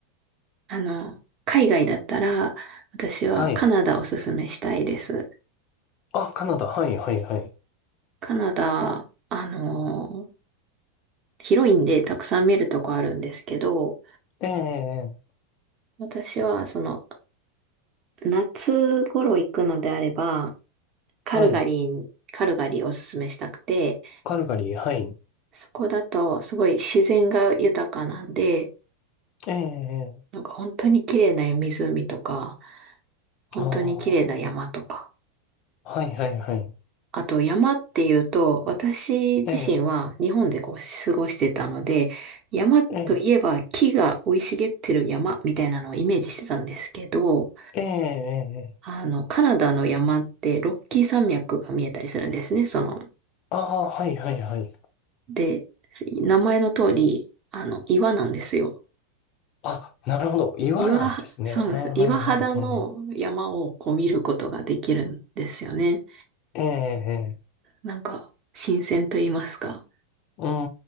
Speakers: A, on the right; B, on the left.
A: あの、海外だったら、私はカナダおすすめしたいです。
B: はい。あ、カナダ。はい、はい、はい。
A: カナダ、あの、広いんでたくさん見るとこあるんですけど、
B: ええ、ええ
A: 私はその、夏頃行くのであれば、カルガリーカルガリーをおすすめしたくて、
B: はい。カルガリー。はい。
A: そこだとすごい自然が豊かなんで、
B: ええ、ええ
A: なんか本当に綺麗な湖とか、本当に綺麗な山とか、
B: ああー、はい、はい、はい。
A: あと山っていうと、私自身は日本でこう過ごしてたので、
B: ええ、
A: 山といえば木が生い茂ってる山みたいなのをイメージしてたんですけど、
B: ええ、ええ、ええ、ええ
A: あの、カナダの山ってロッキー山脈が見えたりするんですね、その。
B: ああ、はい、はい、はい。
A: で、名前の通り、あの、岩なんですよ。
B: あ、なるほど。岩なんですね。
A: 岩、そうなんです。
B: うん、
A: 岩肌の山をこう見ることができるんですよね。
B: うん、うん、うん。ええ、ええ、
A: なんか、新鮮と言いますか。
B: うー